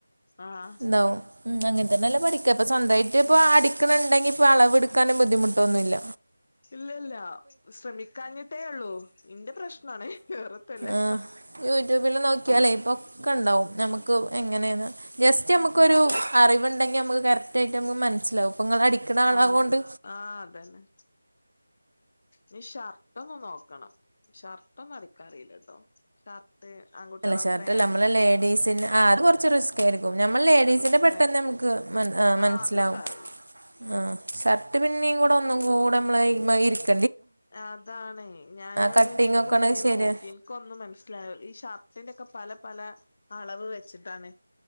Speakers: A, on the left; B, on the right.
A: ആഹ്
B: എന്താവും ഉം അങ്ങനെ തന്നെല്ലേ പഠിക്ക അപ്പ സ്വന്തമായിട്ട ഇപ്പൊ അടിക്കണണ്ടെങ്കി ഇപ്പൊ അളവെടുക്കാനും ബുദ്ധിമുട്ടൊന്നുല്ല
A: ഇല്ലല്ല ശ്രമിക്കാഞ്ഞിട്ടേ ഉള്ളൂ ഇന്റെ പ്രശ്നാണേ വേറത്തൊല്ല
B: ആഹ് <unintelligible> നോക്കിയാലേ പൊക്കണ്ടാവും നമുക്ക്
A: അതാണ്
B: എങ്ങനെയാന്ന് ജസ്റ്റ് നമുക്കൊരു അറിവുണ്ടെങ്കിൽ നമുക്ക് കറക്റ്റായിട്ട് നമുക്ക് മനസ്സിലാവു ഇപ്പൊ ഇങ്ങളാ ണാണ
A: ആഹ്
B: കൊണ്ട്
A: ആഹ് അതന്നെ- ഇനി ഷർട്ട് ഒന്ന് നോക്കണം ഷർട്ട് ഒന്നും അടിക്കാറിയില്ലിട്ടോ ഷർ ത് ആൺകുട്ടികളെ
B: അല്ല ഷർട്ടല്ല
A: പാൻ്റ്
B: <unintelligible> കുറച്ച് റിസ്ക് <unintelligible> നമ്മൾ ലേഡീസിന്റെ
A: റിസ്ക്
B: പെട്ടെന്ന്
A: ആയിരിക്കും
B: നമുക്ക് മനസ്സിലാവും
A: ആഹ് അതൊക്കെ അറിയും
B: ആഹ് ഷർട്ട് പിന്നെയും കൂടെ ഒന്നും കൂടെ നമ്മളെ <unintelligible>
A: അതാാണ് ഞാൻ ആ
B: കട്ടിങ്
A: യൂട്യൂബ്
B: ഒക്കെയാണ്
A: കൊറ
B: ശരിയാ
A: നോക്കി ഇക്ക് ഒന്നും മനസ്സിലാ ഈ ഷർട്ടിന്റെ ഒക്കെ പല പല അളവ് വെച്ചിട്ടാണ്-